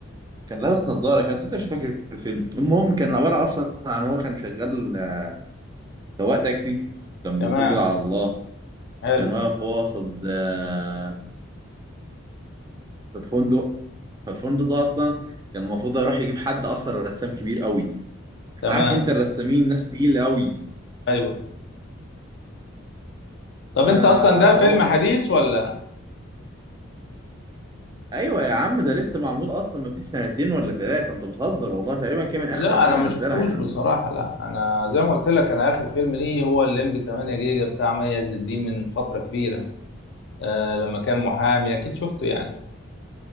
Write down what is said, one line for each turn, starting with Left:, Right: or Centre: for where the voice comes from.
Right: كان لابس نظارة كان بس أنت مش فاكر الفيلم المهم كان عبارة أصلا عن هو كان شغال آه، سواق تاكسي كان
Left: تمام
Right: بالأجرة على الله
Left: حلو
Right: كان واقف هو قصاد آه، قصاد فندق فالفندق ده اصلا كان المفروض هيروح يجيب حد اصلا رسام كبير قوي
Left: تمام
Right: عارف انت الرسامين ناس تقيله قوي
Left: ايوه طب
Right: فهو
Left: انت اصلا ده فيلم
Right: المفروض
Left: حديث ولا
Right: ايوه يا عم ده لسه معمول اصلا ما فيش سنتين ولا ثلاثه انت بتهزر والله تقريبا كان من
Left: لا
Right: اخر الافلام
Left: انا ما
Right: اللي
Left: شفتوش
Right: نزلها يعني
Left: بصراحه لا انا زي ما قلت لك انا اخر فيلم ليه هو الليمبي 8 جيجا بتاع مي عز الدين من فتره كبيره آه لما كان محامي اكيد شفته يعني